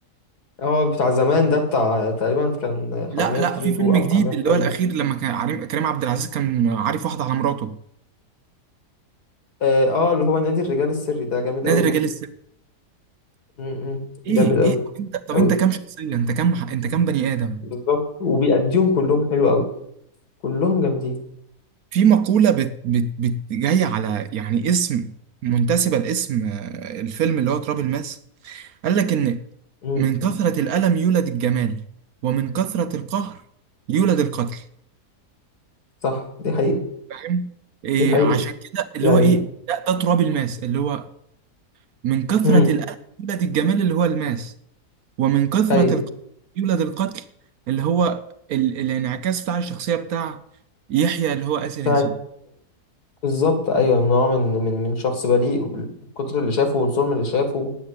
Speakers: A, on the left; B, on the right.
A: هو بتاع زمان ده بتاع تقريبا كان حرامية
B: لا لا
A: في كي
B: في
A: جي 2
B: فيلم
A: او
B: جديد
A: حرامية في
B: اللي
A: تايلاند
B: هو الاخير لما كان عريم- كريم عبد العزيز كان عارف واحده على مراته
A: اه آه، اللي هو نادي الرجال السري ده جامد
B: نادي
A: قوي
B: رجال
A: برضه
B: السر
A: م- م،
B: ايه
A: جامد قوي
B: ايه طب انت طب
A: قوي
B: انت كام شخصيه انت كام انت كام بني ادم
A: بالظبط وبيأديهم كلهم حلو قوي كلهم جامدين
B: في مقوله بت بت بت جايه على يعني اسم منتسبه لاسم آه، الفيلم اللي هو تراب الماس قال لك إن
A: امم
B: من كثرة الألم يولد الجمال ومن كثرة القهر يولد القتل
A: صح دي حقيقة
B: فاهم إيه
A: دي حقيقة
B: عشان كده اللي
A: يعني
B: هو إيه ده, ده تراب الماس اللي هو من كثرة
A: امم
B: الألم يولد الجمال اللي هو الماس ومن كثرة
A: ايوه
B: القهر يولد القتل اللي هو ال... الانعكاس بتاع الشخصية بتاع يحيى اللي هو آسر
A: بتاعت
B: ياسين
A: بالظبط ايوه نوع من من من شخص بريء وبال- بالكتر اللي شافه والظلم اللي شافه